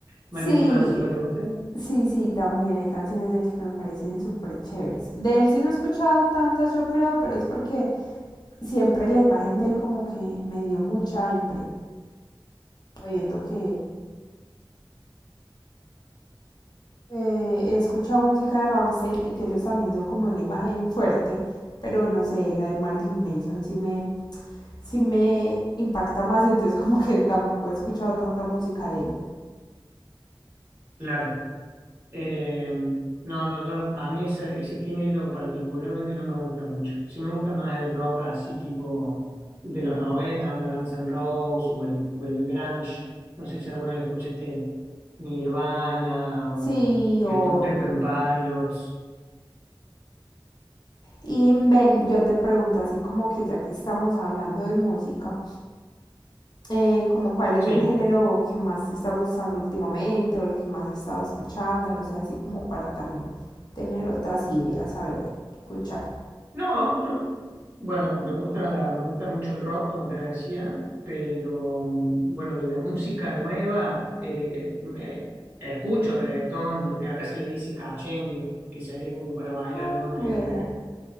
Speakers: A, on the right (about 25°); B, on the left (about 50°).
A: ¿Marilyn
B: Sí,
A: Manson no te gusta?
B: sí, sí, también hay canciones del que me parecen súper chéveres. De él sí no he escuchado tantas, yo creo, pero es porque siempre la imagen de él como que me dio mucha impresión, viendo que eh, he escuchado música de Rammstein y que ellos también son como una imagen fuerte, pero no sé, la de Marilyn Manson sí me, sí me impacta más, entonces <laughs> como que tampoco he escuchado tanta música de él.
A: Claro. Eh, no, no, yo, a mí ese, ese género particularmente no me gusta mucho. Sí me gusta más el rock así tipo de los 90, onda Guns N' Roses o el, o el grunge. No sé si alguna vez escuchaste Nirvana o
B: Sí,
A: Stone
B: obvio.
A: Temple Pilots.
B: Y Ben, yo te pregunto así como que ya que estamos hablando de música, eh, como cuál es
A: Sí.
B: el género que más te está gustando últimamente o el que más he estado escuchando, no sé, así como para también tener otras ideas, a ver, escuchar.
A: No, yo, bueno, me gusta, me gusta mucho el rock, como te decía, pero mm, bueno, de la música nueva, eh, me- escucho reggaetón, lo que acá se le dice cachengue, que sería como para bailar,
B: Ay,
A: ¿no?
B: vea.
A: Que es regga-